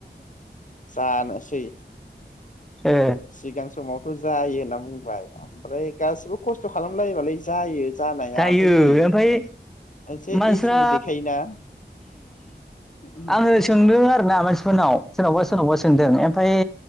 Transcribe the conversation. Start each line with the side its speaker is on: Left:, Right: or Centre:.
Left: जानोसै
Centre: ओ
Left: सिगां समावथ जायो होनना बुंबाय ओमफ्राय गासिबो खस्थ खालामलायोबालाय जायो जानाया
Centre: जायो
Left: ओमफ्राय नै
Centre: ओमफ्राय
Left: मोनसे
Centre: मानसिफ्रा
Left: इसुबो देखायोना औ
Centre: आङो सोंदों आरोोना मानसि सनाव सोरनावबा सोरनावबा सोंदों ओमफफ्राय